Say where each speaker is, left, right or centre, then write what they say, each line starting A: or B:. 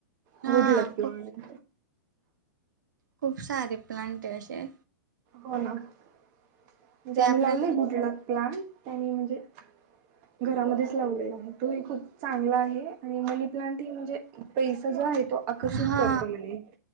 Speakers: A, on the right; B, on the right.
A: हा
B: गुडलक प्लांट
A: खूप खूप सारे प्लांट आहे अशे
B: हो ना म्हणजे
A: ते
B: आम्ही
A: आपल्या
B: लावलय गुडलक प्लांट. त्यांनी म्हणजे घरामध्येच लावलय तोही खूप चांगला आहे. आणि मनी प्लांट ह म्हणजे पैसा जो आहे तो आकर्षित
A: हा
B: करतो म्हणे.